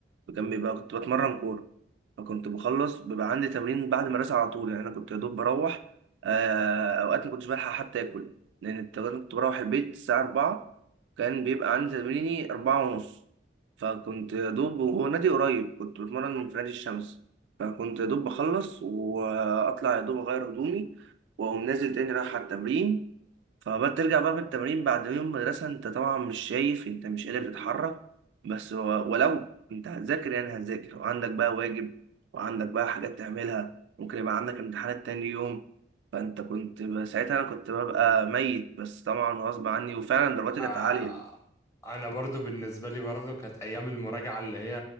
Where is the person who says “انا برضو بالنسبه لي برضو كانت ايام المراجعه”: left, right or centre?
Left